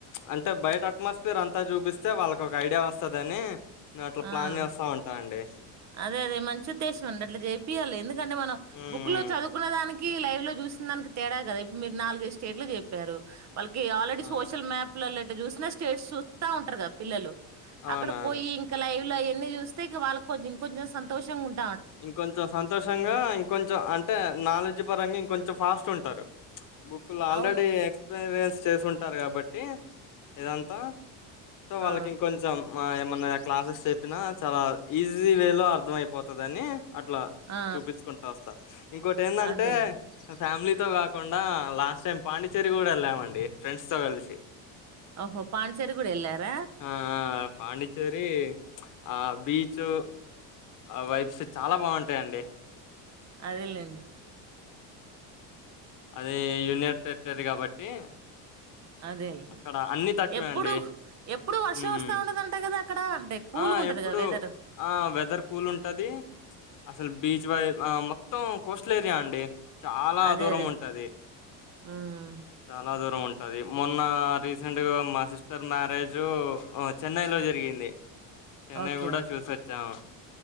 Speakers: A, on the left; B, on the right.
A: అంటే బయట అట్మాస్ఫిర్ అంతా చూపిస్తే వాళ్ళకి ఒక ఐడియా వస్త వస్తుదనీ నేను అట్లా
B: ఆ!
A: ప్లాన్ చేస్తా ఉంటా అండి
B: అదే అదే మంచి ఉద్దేశం అండి అట్లా చేపియాలి ఎందుకంటే మనం
A: హ్మ్.
B: బుక్ లో చదువుకున్న దానికి లైవ్ లో చూసిన దానికి తేడా కదా ఇప్పుడు మీరు నాలుగ ఐదు స్టేట్లు చెప్పారు మనకి ఆల్రెడీ
A: హ్మ్. అవును.
B: సోషల్ మ్యాప్ పిలలు ఇట్లా చూసిన స్టేట్స్ చూస్తా ఉంటారు కద పిల్లలు
A: అవునవును.
B: అక్కడ పోయి ఇంక లైవ్ ల అన్ని చూస్తే ఇక వాళ్ కొంచెం కొంచెం సంతోషంగా ఉం
A: ఇంకొంచెం సంతోషంగా ఇంకొంచెం అంటే నాలెడ్జ్ పరంగా ఇంకొంచెం ఫాస్ట్ ఉంటారు బుక్లు ఆల్రెడీ
B: అవును
A: ఎక్స్పీరియన్స్ చేసింటారు కాబట్టి ఇదంతా సో వాళ్ళకి
B: ఆ
A: ఇంకొంచం మా ఏమన్నా క్లాసెస్ చెప్పినా చాలా ఈజీ వే లో అర్థం అయిపోతు వస్తుదని అట్లా
B: ఆ
A: చూపిచ్చుకుంట వస్తా ఇంకోటి ఎందంటే
B: అదేలే
A: ఫ్యామిలీ తో కాకుండా లాస్ట్ టైం పాండిచ్చేరి కూడా వెళ్ళామండి ఫ్రెండ్స్ తో కలిసి
B: ఓహో పాండిచ్చేరి గుడ ఎల్లార
A: ఆ పాండిచ్చేరి ఆ బీచ్ ఆ వైబ్స్ చాలా బాగుంటాయిండి
B: అదే లేండి
A: అది యూనియన్ టెరిటరీ కాబట్టి
B: అదేండి
A: అక్కడ అన్ని తక్కువే
B: ఎప్పుడు
A: అండి
B: ఎప్పుడు వర్షం
A: మ్మ్
B: వస్తా ఉంటది ఆట కదా అక్కడ అంటే కూల్గా
A: ఆ ఎప్పుడు
B: వెదర్
A: ఆ వెదర్ కూల్ ఉంటది అసలు బీచ్ వై ఆ మొత్తం కోస్టల్ ఏరియా అండి చాలా
B: అదే
A: దూరం
B: అదే
A: ఉంటది
B: ఉమ్.
A: చాలా దూరం ఉంటుంది మొన్న రీసెంట్గా మా సిస్టర్ మ్యారేజు చెన్నై లో జరిగింది చెన్నై
B: ఓకే
A: కూడా చూసి వొచ్చాము